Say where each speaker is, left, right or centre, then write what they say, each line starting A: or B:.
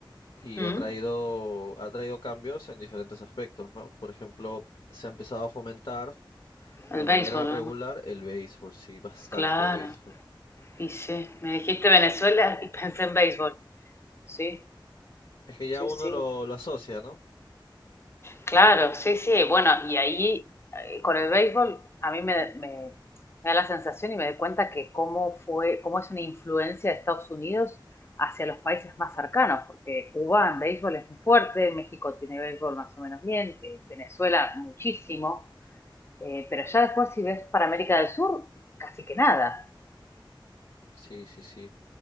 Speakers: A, on the left (about 70°); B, on the left (about 30°).
A: y
B: mm.
A: ha traído, ha traído cambios en diferentes aspectos, ¿no? Por ejemplo, se ha empezado a fomentar
B: El
A: de manera
B: béisbol,
A: regular
B: ¿eh?
A: el béisbol, sí, bastante
B: Claro,
A: béisbol.
B: y sí, me dijiste Venezuela y <laughs> pensé en béisbol, sí,
A: Es que ya
B: sí,
A: uno
B: sí,
A: lo, lo asocia, ¿no?
B: claro, sí, sí, bueno, y ahí eh, con el béisbol a mí me, me- me da la sensación y me doy cuenta que cómo fue, cómo es una influencia de Estados Unidos hacia los países más cercanos, porque Cuba en béisbol es muy fuerte, México tiene béisbol más o menos bien, eh, Venezuela muchísimo, eh, pero ya después si ves para América del Sur, casi que nada.
A: Sí, sí, sí.